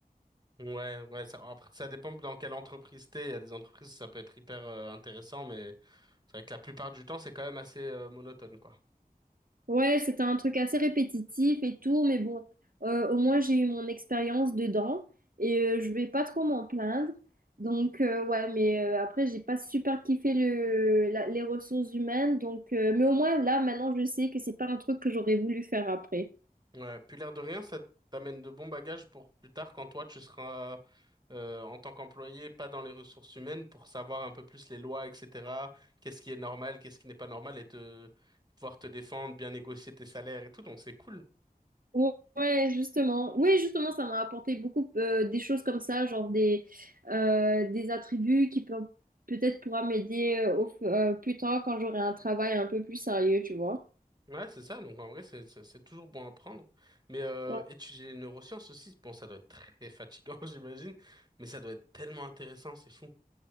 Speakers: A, on the right; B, on the right.
A: Ouais, ouais, ça, après, ça dépend dans quelle entreprise t'es. Il y a des entreprises, ça peut être hyper euh, intéressant, mais c'est vrai que la plupart du temps, c'est quand même assez euh, monotone, quoi.
B: Ouais, c'était un truc assez répétitif et tout, mais bon, euh, au moins j'ai eu mon expérience dedans et euh, je vais pas trop m'en plaindre. Donc euh, ouais, mais euh, après j'ai pas super kiffé le, la- les ressources humaines, donc euh, mais au moins là maintenant je sais que c'est pas un truc que j'aurais voulu faire après.
A: Ouais, puis l'air de rien, ça t'amène de bons bagages pour plus tard quand toi tu seras euh, en tant qu'employé, pas dans les ressources humaines, pour savoir un peu plus les lois, etc. Qu'est-ce qui est normal, qu'est-ce qui n'est pas normal, et te pouvoir te défendre, bien négocier tes salaires et tout, donc c'est cool.
B: Ou- Ouais, justement. Oui, justement, ça m'a apporté beaucoup euh, des choses comme ça, genre des euh, des attributs qui peuvent peut-être pourra m'aider euh, au- f- euh, plus tard quand j'aurai un travail un peu plus sérieux, tu vois.
A: Ouais, c'est ça. Donc en vrai, c'est c'est- c'est toujours bon à prendre. Mais euh,
B: Ouais.
A: étudier les neurosciences aussi, bon, ça doit être très fatigant, <laughs> j'imagine, mais ça doit être tellement intéressant, c'est fou.